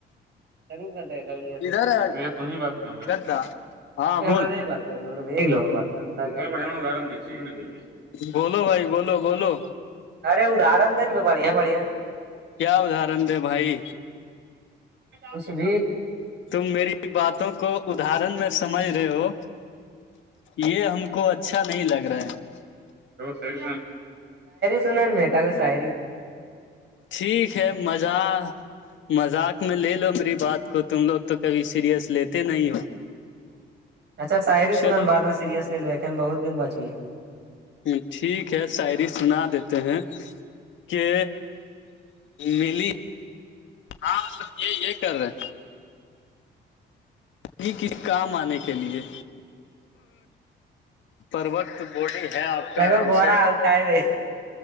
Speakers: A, on the right; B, on the left.
A: <unintelligible>
B: ادھر ہے
A: ات
B: گدا ہاں
A: گار
B: بول
A: سے
B: بولو بھائی بو بولو
A: ارے ادار دین بھی گڑیا بڑں
B: کیا ادہرن د بھائی
A: ک س بھی
B: تم میری باتوں کو ادرن میں سمجھ رہے ہو یہ ہم کو اچھا نہیں لگ رہا ہے
A: سری سنان با گ سری
B: ٹھیک ہے مذاق مذاق میں لے لو میری بات کو تم لوگ تو کبھی سیریئس لیتے نہیں ہو
A: اچھا ساعری
B: چلو
A: سنن بع میں سیریس لے لو ا بہت دن بچی
B: ہ ٹھیک ہے شاعری سنا دیتے ہیں کے ملی ہ سب یہ یہ کر رہے ی کس کام آنے کے لیے پر وقت بوڈی ہے آپ کا
A: لگو
B: آرام
A: بورا
B: سے
A: اٹھائے بے